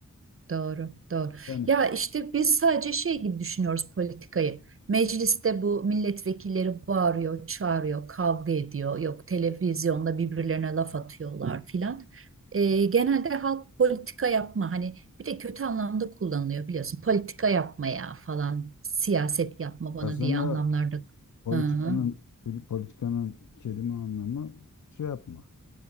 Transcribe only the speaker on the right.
Doğru, doğru.
Ya işte biz sadece şey gibi düşünüyoruz politikayı. Mecliste bu milletvekilleri bağırıyor, çağırıyor, kavga ediyor. Yok televizyonda birbirlerine laf atıyorlar filan. Ee, genelde halk politika yapma hani bir de kötü anlamda kullanılıyor biliyorsun. Politika yapmaya falan, siyaset yapma bana
diye anlamlarda.
Hı hı.